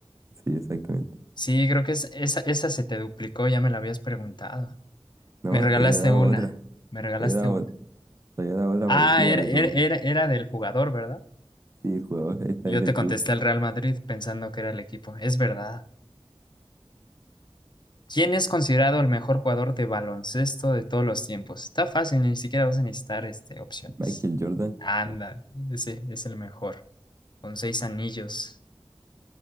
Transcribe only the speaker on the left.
Sí, creo que es, esa, esa se te duplicó, ya me la habías preguntado.
Me regalaste
una,
me regalaste
una.
Ah,
era,
era, era era del jugador, ¿verdad?
Yo
te contesté
al Real Madrid pensando que era el equipo. Es verdad. ¿Quién es considerado el mejor jugador de baloncesto de todos los tiempos? Está fácil, ni siquiera vas a necesitar este, opciones.
Anda, ese es el mejor, con seis anillos.